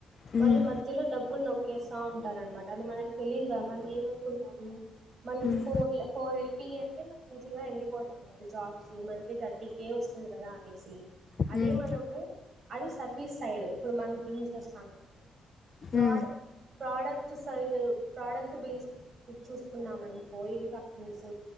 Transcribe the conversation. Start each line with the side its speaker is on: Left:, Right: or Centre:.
Left: మ్మ్
Right: వాళ్ళు మధ్యలో డబ్బులు నొకేస్తా ఉంటార అనమాట అది మనకి తెలీదు గ మనం ఏమనుకుంటాము మనకి
Left: మ్మ్
Right: ఫోర్ ల ఫోర్ ఎల్పి అంటే మ ఈజీగా ఎళ్ళిపోతాం కద జాబ్స్ కి మంత్లీ థర్టీ కే వస్తుంది కదా అనేసి అదీ
Left: మ్మ్
Right: మనము అది సర్వీస్ సైడ్ ఇప్పుడు మనం థింక్ చేస్తాం
Left: మ్మ్
Right: fraud product side product base చూసుకున్నామనుకో ఈ కంపెనీస్